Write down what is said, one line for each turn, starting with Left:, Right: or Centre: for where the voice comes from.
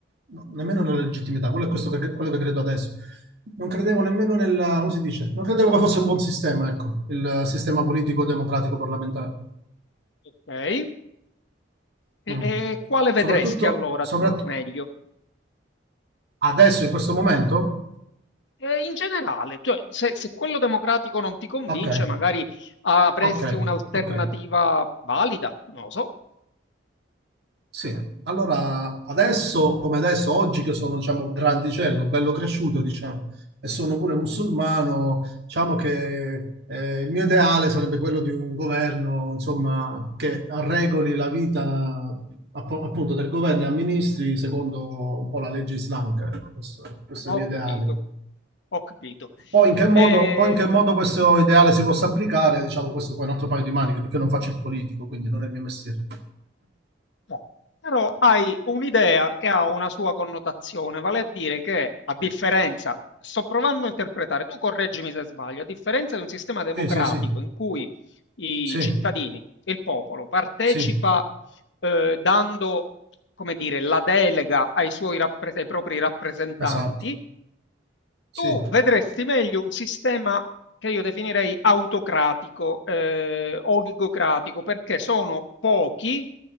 Right: no, nemmeno nella legittimità, quello è questo che, quello che credo adesso. Non credevo nemmeno nella, come si dice? Non credevo che fosse un buon sistema, ecco, il sistema politico-democratico parlamentare.
Left: Ok, e e
Right: Mm.
Left: quale vedresti
Right: Soprattutto,
Left: allora
Right: soprat-
Left: tu meglio?
Right: adesso, in questo momento?
Left: Ehm, in generale, cioè se se quello democratico non ti convince,
Right: Ok,
Left: magari avresti
Right: ok,
Left: un'alternativa
Right: ok.
Left: valida, non lo so.
Right: Sì, allora adesso, come adesso, oggi che sono, diciamo, grandicello, bello cresciuto, diciamo, e sono pure musulmano, diciamo che eh, il mio ideale sarebbe quello di un governo, insomma, che regoli la vita app- appunto del governo e amministri secondo un po' la legge islamica. ecco, Questo, questo
Left: Ho
Right: è il mio
Left: capito,
Right: ideale.
Left: ho capito.
Right: Poi in che modo,
Left: Ehm,
Right: poi in che modo questo ideale si possa applicare, diciamo, questo poi è un altro paio di maniche, perché non faccio il politico, quindi non è il mio mestiere.
Left: no. Però hai un'idea che ha una sua connotazione, vale a dire che a differenza sto provando a interpretare, tu correggimi se sbaglio, a differenza di un sistema democratico
Right: Sì, sì, sì,
Left: in cui i
Right: sì,
Left: cittadini, il popolo partecipa,
Right: sì.
Left: ehm, dando come dire, la delega ai suoi rappre- ai propri rappresentanti,
Right: Esatto,
Left: tu
Right: sì,
Left: vedresti meglio un sistema che io definirei autocratico, eh, oligocratico, perché sono pochi